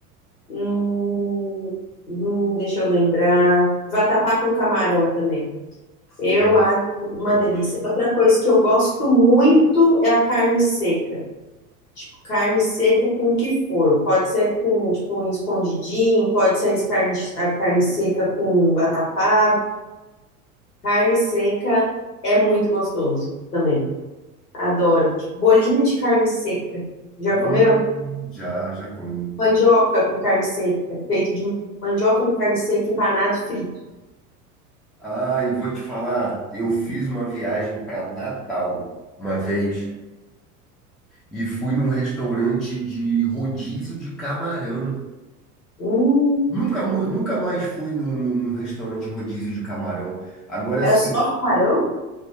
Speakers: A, on the left; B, in the centre.
A: Hum, hum, deixa eu lembrar. Vatapá com camarão também. Eu
B: é, eu
A: acho uma
B: também
A: delícia.
B: gosto.
A: Outra coisa que eu gosto muito é a carne seca. Tipo, carne seca com o que for. Pode ser com, tipo, um escondidinho, pode ser as carne, a carne seca com vatapá. Carne seca é muito gostoso também. Adoro. Tipo, bolinho de carne seca. Já
B: Hum,
A: comeu?
B: já, já comi.
A: Mandioca com carne seca, feito de mandioca com carne seca, empanado e frito.
B: Ah, e vou te falar, eu fiz uma viagem para Natal uma vez e fui num restaurante de rodízio de camarão.
A: Hum,
B: Nunca, mu- nunca mais fui num, num- num restaurante rodízio de camarão. Agora,
A: era
B: assim,
A: só camarão?